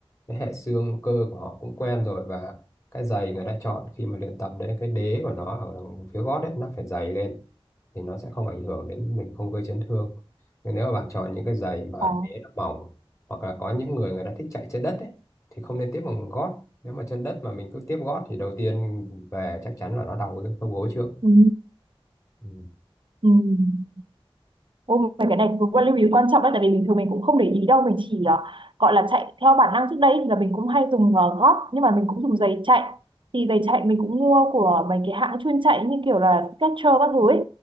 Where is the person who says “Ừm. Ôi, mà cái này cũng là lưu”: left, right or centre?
Right